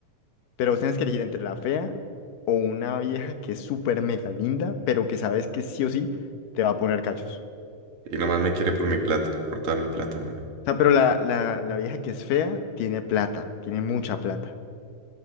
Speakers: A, on the left; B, on the right.
A: pero vos tenés que elegir entre la fea o una vieja que es súper mega linda, pero que sabes que sí o sí te va a poner cachos.
B: Y nomás me quiere por mi plata, por toda mi plata, mano.
A: O sea, pero la, la, la vieja que es fea tiene plata, tiene mucha plata.